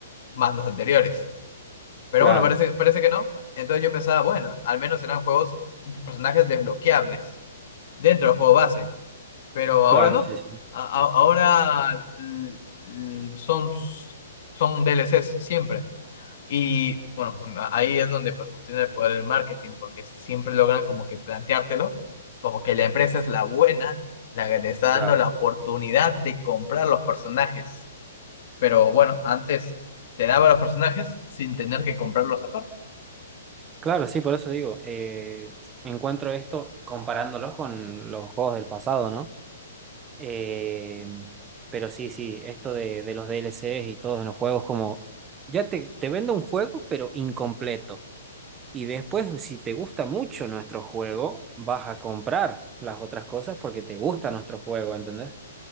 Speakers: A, on the left; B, on the right.
A: más los anteriores. Pero
B: Claro,
A: bueno, parece, parece que no. Entonces yo pensaba, bueno, al menos eran juegos, personajes desbloqueables dentro del juego base. Pero ahora
B: claro,
A: no.
B: sí, sí,
A: A- a- ahora l- l- son, son DLCs siempre. Y bueno, ahí es donde pues, funciona el poder del marketing, porque siempre logran como que planteártelo, como que la empresa es la buena, la que te está
B: claro.
A: dando la oportunidad de comprar los personajes. Pero bueno, antes te daba los personajes sin tener que comprarlos aparte.
B: Claro, sí, por eso digo, eh, encuentro esto comparándolos con los juegos del pasado, ¿no? Eh, pero sí, sí, esto de, de los D L DLCs y todos en los juegos, como ya te, te vendo un juego, pero incompleto. Y después, si te gusta mucho nuestro juego, vas a comprar las otras cosas porque te gusta nuestro juego, ¿entendés?